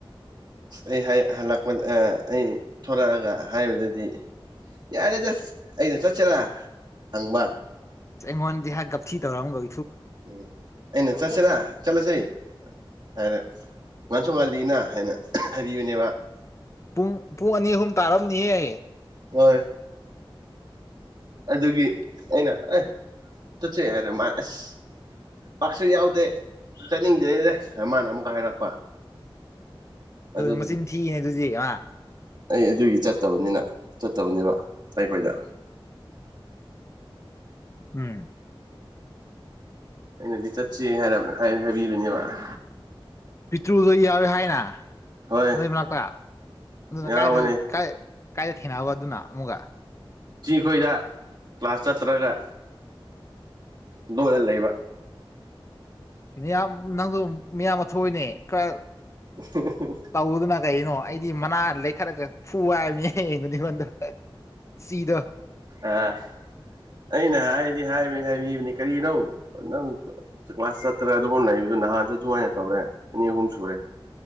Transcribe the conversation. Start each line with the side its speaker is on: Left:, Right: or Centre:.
Right: ꯑꯩ ꯍꯥꯏ ꯍꯜꯂꯛꯄ ꯑꯥ ꯑꯩ ꯊ‌ꯣꯂꯛꯑꯒ ꯍꯥꯏꯕꯗꯗꯤ ꯌꯥꯔꯦꯗ ꯑꯩꯅ ꯆꯠꯁ‌ꯦꯔꯥ ꯍꯪꯕ
Left: ꯑꯩꯉꯣꯟꯗꯗꯤꯍꯥ ꯒꯥꯞꯊꯤ ꯇꯧꯔꯛꯑꯝꯕ
Right: ꯎꯪ ꯑꯩꯅ ꯆꯠꯁꯤꯔ ꯆꯂꯥꯁꯦ ꯍꯥꯏꯅ ꯉꯟꯁꯣ ꯉꯜꯂꯤꯅ ꯍꯥꯏꯅ ꯍꯥꯏꯕꯤꯕꯥꯅꯦꯕ
Left: ꯄꯨꯡ ꯄꯨꯡ ꯑꯅꯤ ꯑꯍꯨꯝ ꯇꯥꯔꯝꯅꯤꯍꯦ ꯫
Right: ꯋꯥꯏ ꯑꯗꯨꯒꯤ ꯑꯩꯅ ꯑꯦ ꯆꯠꯆ‍ꯦ ꯍꯥꯏꯔ ꯃꯥ ꯑꯁ ꯄꯥꯛꯁꯨ ꯌꯥꯎꯗꯦ ꯆꯠꯅꯤꯡꯗꯦꯗ ꯃꯥꯅ ꯑꯃꯨꯛꯀ ꯍꯥꯏꯔꯛꯄ ꯑꯗꯨꯗꯒꯤ
Left: ꯃꯆꯤꯟ ꯊꯤꯅꯦ ꯑꯗꯨꯗꯤ ꯃꯥ
Right: ꯑꯩ ꯑꯗꯨꯒꯤ ꯆꯠꯇꯕꯅꯤꯅ ꯆꯠꯇꯕꯅꯦꯕ ꯑꯩꯈꯣꯏꯗ
Left: ꯎꯝ
Right: ꯑꯩꯅꯗꯤ ꯆꯠꯁꯦ ꯍꯥꯏꯅ ꯍꯥꯏꯕꯤꯕꯅꯦꯕ ꯫
Left: ꯄꯤꯇ꯭ꯔꯨꯗꯣ ꯌꯥꯎꯔ‌ꯣꯏ ꯍꯥꯏꯅ
Right: ꯍꯣꯏ
Left: ꯅꯣꯏ ꯃꯅꯥꯛꯇ ꯑꯗꯨꯅ
Right: ꯌꯥꯎꯕꯅꯦ
Left: ꯀꯥꯏꯗ ꯀꯥꯏꯗ ꯀꯥꯏꯗ ꯊꯦꯡꯅꯕ ꯑꯗꯨꯅ ꯑꯃꯨꯛꯀ
Right: ꯈꯣꯏꯗ ꯀ꯭ꯂꯥꯁ ꯆꯠꯇ꯭ꯔꯒ ꯅ‌ꯣꯛꯑ ꯂꯩꯕ
Left: ꯌꯥꯝ ꯅꯪꯁꯨ ꯃꯤꯌꯥꯝꯕ ꯊꯣꯛꯎꯅꯦ ꯈ꯭ꯔꯥ
Right: <inaudible>
Left: ꯇꯧꯑ‌ꯣꯗꯅ ꯀꯩꯅꯣ ꯑꯩꯗꯤ ꯃꯅꯥ ꯂꯩꯈꯠꯂꯒ ꯐꯨꯋꯥꯕꯅꯤꯍ‌ꯦ ꯁꯤꯗ‌ꯣ
Right: ꯑꯥ ꯑꯩꯅ ꯍꯥꯏꯗꯤ ꯍꯥꯏꯕꯅꯤ ꯍꯥꯏꯕꯤꯕꯅꯤ ꯀꯔꯤꯅꯣ ꯅꯪ ꯀ꯭ꯂꯥꯁ ꯆꯠꯇ꯭ꯔꯒ ꯑꯗꯨꯝ ꯂꯩꯕꯗ ꯅꯍꯥꯟꯁꯨ ꯑꯗꯨꯃꯥꯏꯅ ꯇꯧꯔꯦ ꯑꯅꯤ ꯑꯍꯨꯝ ꯁꯨꯔꯦ